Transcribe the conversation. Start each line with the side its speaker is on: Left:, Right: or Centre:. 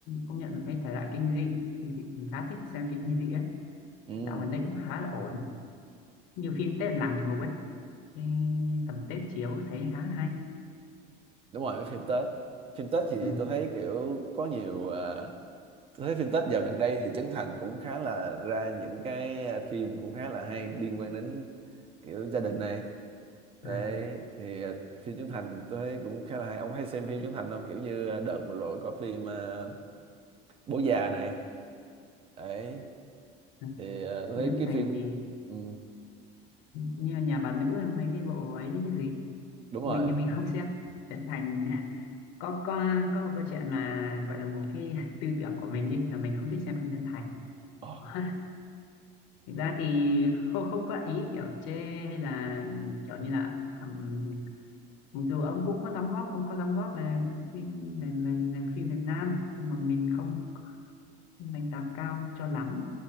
Left: công nhận là cái thể loại kinh dị kinh dị mình khá thích xem kinh dị á
Right: Ừ.
Left: dạo gần đây cũng khá là ổn như phim Tết làng địa ngục ấy thì tầm Tết chiếu thì thấy khá là hay
Right: đúng rồi cái phim Tết phim Tết thì
Left: ừ.
Right: tôi
Left: ừ.
Right: thấy kiểu có nhiều à, Tôi thấy phim Tết dạo gần đây thì Trấn Thành cũng khá là ra những cái à, phim cũng khá là hay liên quan đến kiểu gia đình này đấy
Left: à.
Right: thì à, phim Trấn Thành tôi thấy cũng khá là hay ông có hay xem phim Trấn Thành không kiểu như à, đợt vừa rồi có phim à, Bố già này đấy
Left: ừ.
Right: thì à, tôi
Left: Trấn
Right: thấy cái
Left: Thành
Right: phim
Left: thì
Right: ừ,
Left: như nhà bà nữ hay mấy cái bộ ấy cái gì
Right: đúng rồi
Left: mình thì mình không xem Trấn Thành <laughs> có có có một câu chuyện là gọi là một cái <laughs> tư tưởng của mình đi là mình không thích xem phim Trấn Thành
Right: Ồ,
Left: <laughs> Thực ra thì không không có ý kiểu chê hay là kiểu như là ừm, mặc dù ông cũng có đóng góp ông có đóng góp về phim về, về, về phim Việt Nam nhưng mà mình không đánh giá cao cho lắm